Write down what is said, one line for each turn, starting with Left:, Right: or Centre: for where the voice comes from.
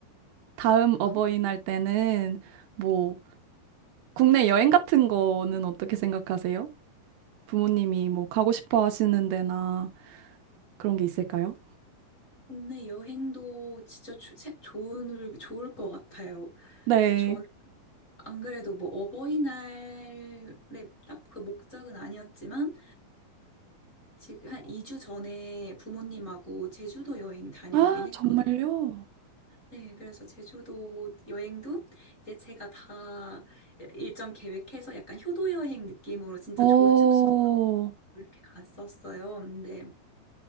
Right: 다음 어버이날
Left: 아,
Right: 때는 뭐, 국내 여행 같은 거는 어떻게 생각하세요? 부모님이 뭐, 가고 싶어 하시는 데나 그런 게 있을까요?
Left: 국내 여행도 진짜 조- 세- 좋을 좋을 것 같아요.
Right: 네.
Left: 그 저는 안 그래도 뭐 어버이날에 딱 그 목적은 아니었지만 지금 한 2주 전에 부모님하고 제주도 여행 다녀오긴
Right: 아,
Left: 했거든요.
Right: 정말요?
Left: 네, 그래서 제주도 여행도 이제 제가 다 일정 계획해서 약간 효도 여행 느낌으로 진짜
Right: 어,
Left: 좋은 숙소 이렇게 갔었어요. 근데